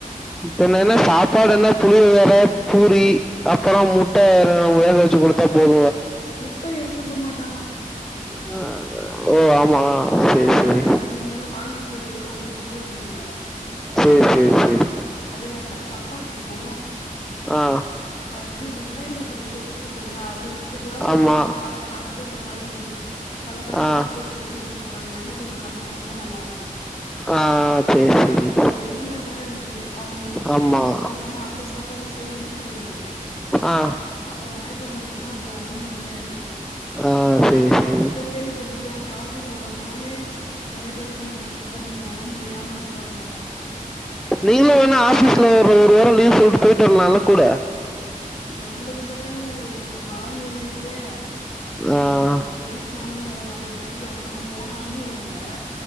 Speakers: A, in the centre; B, on the left.
A: இப்ப என்னனா சாப்பாடு என்ன புளி அ பூரி அப்புறோ முட்ட இ வேக வச்சு குடுத்தா போது
B: முட்ட எடுத்துட்டு போ மாட்
A: ஹ ஓ ஆம் மா சேரி சேரி
B: நீ வேற நீ வேற வாங்கிட்டு போய் குடுத்து அவங்கள்ட்ட திட்டு வாங்கிக்க போற.
A: சேரி சேரி சேரி
B: அது வேண்டா சப் ப்பாத்தியு
A: ஆ
B: இது வெங்காயந் தக்காளி தொக்கு இருக்குல்ல அது வச்சுக்கலா இல்ல
A: ஆமாம்
B: நல்லா அ அரைச்சு விட்ட மாரி தலத்தளனு
A: ஆ
B: தொக்கு வச்சு கூட எடுத்துட்டு லா எண்ணெ கொஞ்ச கம்மியா ஊத்துனா நல்லா இருக்கு
A: ஆ சரி
B: ஏன்னா
A: சரி
B: இப்ப வெயிலா வேற இருக்கு அவங்களுக்கு அப்புற
A: ஆமாம்
B: எடுத்துட்டு போகாம அந்த சாப்பாடு சரியில்லன்ட்டு வையு
A: ஆ
B: அப்புற மயக்கம் வந்துட்டுன்னா அப்புற ஒண்ணும் பண்ண முடியாது
A: ஆ சரி சரி
B: நெறைய பேர் கேள்விப்பட்டிருக்கியா காசி போறவங்க எல்லாமே நெறைய பேருக்கு அந்த கொஞ்ச ஒடம்பு முடியாம இருப்பாங்க
A: நீங்களு வேணா ஆபீஸ்ல ஒரு ஒரு வார லீவு சொல்ட்டு போயிட்டு வரலால்ல கூட
B: நம்பளுக்கு செட்டாகாது எனக்கு கால்வலி இருக்கே இது
A: ஆ
B: நம்ம ஃபிளைட்னாலும் பரவால்ல ஃபிளைட்ல ஆனா நம்ம போன அனுபவ இல்ல